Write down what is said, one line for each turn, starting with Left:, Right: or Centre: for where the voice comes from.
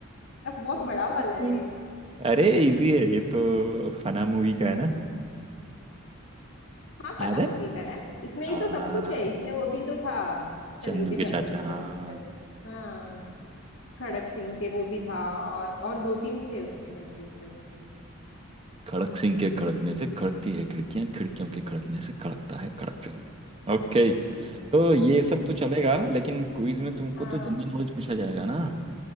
Left: अब बहुत बड़ा वाला
Right: <laughs>
Left: है ये
Right: अरे इजी है ये तो फना मूवी का है ना
Left: हाँ
Right: याद
Left: फना
Right: है
Left: मूवी का है इसमें
Right: हाँ
Left: ही तो सब कुछ है इसमें वो भी तो था
Right: चंदू
Left: चंदू के
Right: के
Left: चाचा
Right: चाचा
Left: ने चंदू
Right: हाँ
Left: के चाचा हाँ खड़क सिंह के वो भी था और और दो तीन थे उसमें टंग ट्विस्टर
Right: खड़क सिंह के खड़कने से खड़कती है खिड़कियां खिड़कियों के खड़कने से खड़कता है खड़क सिंह ओके
Left: हम्म
Right: तो ये सब
Left: ठीक
Right: तो चलेगा
Left: है
Right: लेकिन क्विज में तुमको
Left: हाँ
Right: तो जनरल नॉलेज पूछा जाएगा ना